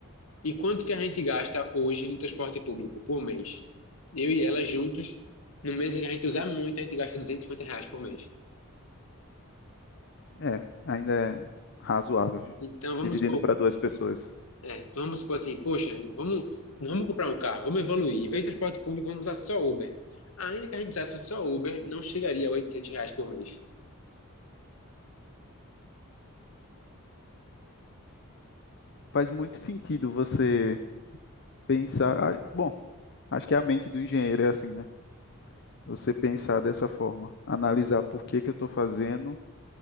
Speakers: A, on the left; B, on the left.
A: E quanto que a gente gasta hoje no transporte público por mês? Eu e ela juntos, no mês em que a gente usar muito, a gente gasta 250 reais por mês.
B: É, ainda é razoável,
A: Então vamos
B: dividindo
A: supor,
B: para duas pessoas.
A: é, então vamos supor assim, poxa, não vamos, não vamos comprar um carro, vamos evoluir. Em vez de transporte público, vamos usar só Uber. Ainda que a gente usasse só Uber, não chegaria a 800 reais por mês.
B: Faz muito sentido você pensar. ah, Bom, acho que a mente do engenheiro é assim, né? você pensar dessa forma, analisar por que que eu estou fazendo